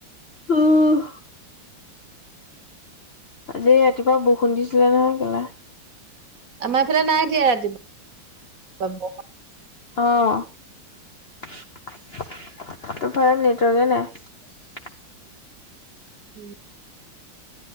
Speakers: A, on the left; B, on the right.
A: অহ আজি ৰাতিপুৱা বৰষুণ দিছিলে নহয় কেলা
B: আমাৰ এফালে নাই দিয়া ৰাতিপুৱা বৰষুণ।
A: অহ তোৰ ফালে নেটৱৰ্কে নাই।
B: উম